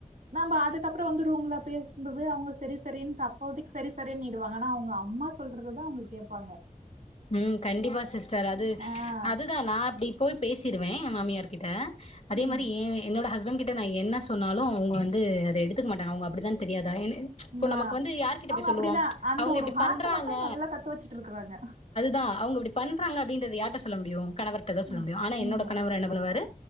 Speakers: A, on the right (about 70°); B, on the left (about 50°).
A: நம்ப அதுக் கப்பற வந்து ரூம்ல பேசுறது அவங்க சரி சரின் அப்போதிக்கு சரி சரினிடுவாங்கா அனா அவங்க அம்மா சொல் சொல்றதுதா அவங்க கேப்பாங்க
B: ம் கண்டிப்பா சிஸ்டர் அது
A: ஆஹ்
B: அதுதா நா அப்டி போய் பேசிருவே ஏ மாமியார் கிட்ட அதே
A: உம்
B: மாரி ஏ என்னோட ஹஸ் பண் கிட்ட நா என்ன சொன்னாலு அவங்க வந்து அத எடுத்துக்க மாட்டாங்க அவங்க அப்படித்தா தெரியாதா இப்போ
A: ஆஹ்
B: நமக்கு வந்து யார்கிட்ட
A: அவங்க
B: போய் சொல்லுவோ
A: அப்படிதான் அந்த
B: அவங்க
A: ஒரு
B: இப்டி
A: வார்த்தை
B: பண்றாங்க
A: மட்டும் நல்லா கத்து வச்சுட்டு இருக்கிறாங்க
B: தா அவங்க இப்டி பண்றாங்க அப்டின்றது யார்ட சொல்ல முடியு கணவர்ட தா சொல்ல
A: உம்
B: முடியு ஆனா என்னோட
A: உம்
B: கணவர் என்ன பண்ணுவாரு